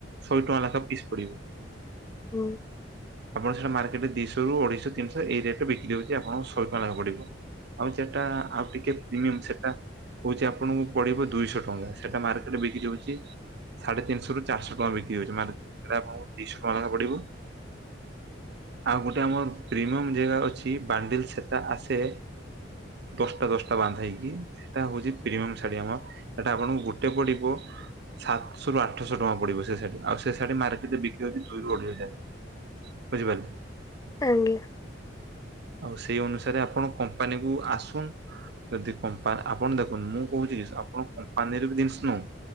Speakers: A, on the right; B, on the left.
A: ଶହେ ଟଙ୍କା ଲେଖାଏ ପିସ ପଡିବ?
B: ହୁଁ?
A: ଆପଣ ସେଇା ମାର୍କେଟରେ ଦିଶହ ର ଅେଇଶହତିନିଶହ ଏଇରେଟରେ ବିକ୍ରି ହଉଛି ଆଣଙ୍କୁ ଶହ ଟଙ୍କା ଲାଖ ପଡିବ? ଆଉ ସେଟା। ଟିକେ ପ୍ରିମିୟ ସେଟା ହଉଛି ଆପଣଙ୍କୁ ପେଇ ଦୁଇଶହ ଟଙ୍କା ସେଟା ମାର୍କେଟରେ ବିକି ଯାଉଛି <unintelligible> ସାଢେ ତିନିଶହ ରୁ ଚାରିହ ଟଙ୍କା ବିକ୍ରି ହଉଛି ମାନେଟା ଆପଣଙ୍କୁ ଦିଶହ ଟଙ୍କା ଲେଖା ପଡିବ? ଆଉ ଗୋଟେ ଆମର ପ୍ରିମିୟମ ଜାଗା ଅଛି ବାଣ୍ଡିଲ ସେଟା ଆସେ? ବସ <unintelligible> ଟା ଦଶଟା ବାନ୍ଧ ହେକି ସେଟା ହଉଛି ପ୍ରିମିୟମ ଶାଢୀ ଆମର ସେଇଟା ଆପଣଙ୍କୁ ଗୋଟେ ପଡିବ? ସାତଶହ ରୁ ଆଠଶହ ଟଙ୍କା ପଡିବ ସେ ଶାଢୀ ଆଉ ସେ ଶାଢୀ ମାର୍କେଟରେ ବିକିରି ହଉଛି ଦୁଇରୁ ଅଢେଇ ଟା? ବୁଝିପାରିଲି?
B: ଆଜଂ୍ଞା <unintelligible>
A: ଆଉ ସେଇ ଅନୁସାରେ ଆପଣ କମ୍ପାନୀ କୁ ଆସୁନ <inaudible> ଯଦି କାନ ଆପଣ ଦେଖନ୍ତୁ ମୁଁ କହୁଛି ଆପଣ କମ୍ପାନୀରେ ବି ଜିନିଷ ନୁହଁ